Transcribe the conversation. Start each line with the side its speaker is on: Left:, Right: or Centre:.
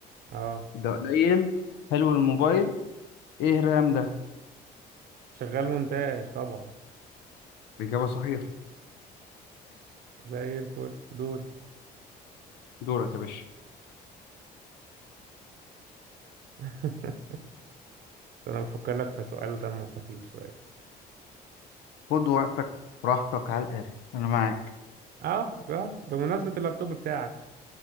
Right: اه
Left: ده قليل حلو الموبايل ايه الرام ده
Right: شغال مونتاج طبعا
Left: الإجابة صحيحة
Right: زي الفل دوري
Left: دورك يا باشا
Right: <laughs> انا بفكر لك في سؤال دمه خفيف شويه
Left: خد وقتك براحتك على الآخر أنا معاك
Right: اه اه بمناسبه اللابتوب بتاعك